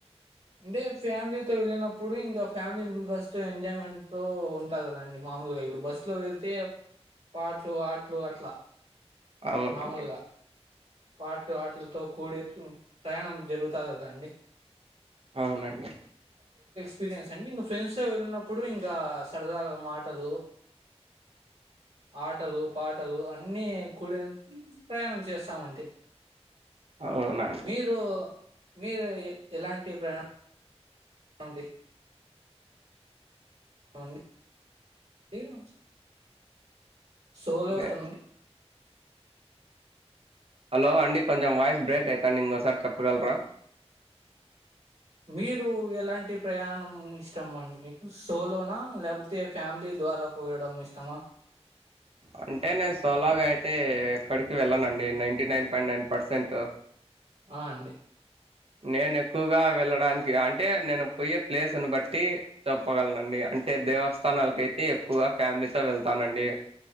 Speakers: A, on the right; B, on the right.
A: అంటే ఫ్యామిలీతో వెళ్ళినప్పుడు ఇంకా ఫ్యామిలీ మెంబర్స్ తో ఎంజాయ్మెంట్ తో ఉంటారు కదండి మా. మామూలుగా ఇప్పుడు బస్ లో వెళ్తే పాటలు ఆటలు అట్లా.
B: అవునండి.
A: మామూలుగా. పాటలు ఆటలతో కూడేట్లు ప్రయాణం జరుగుతది కాదండి.
B: అవునండి.
A: ఎక్స్పీరియన్స్ అన్ని ఇంక ఫ్రెండ్స్తో వెళ్ళినప్పుడు ఇంకా సరదాగా మాటలు. ఆటలు పాటలు అన్ని కూడి ప్రయాణం చేస్తామండి.
B: అవును అండి.
A: మీరు మీరు ఎ ఎలాంటి ప్రయాణం. అండి. అవునండి. ఆహ్. సోలో
B: నే
A: అవుతమండి.
B: హలో అండి కొంచెం వాయిస్ బ్రేక్ అయితాంది ఇంకోసారి చెప్పగలరా.
A: మీరు ఎలాంటి ప్రయాణం ఇష్టం అండి మీకు సోలోనా లేకపోతే ఫ్యామిలీ. సోలో పోవడం ఇష్టమా.
B: అంటే నేను సోలోగా అయితే ఎక్కడికి వెళ్ళానండి ninety nine point nine percent.
A: ఆహ్ అండి.
B: నేను ఎక్కువగా వెళ్ళడానికి అంటే నేను పోయే ప్లేస్ని బట్టి చెప్పగను అండి ఆహ్. అంటే దేవస్థానాలకు అయితే ఎక్కువగా ఫ్యామిలీతో వెళ్తానండి.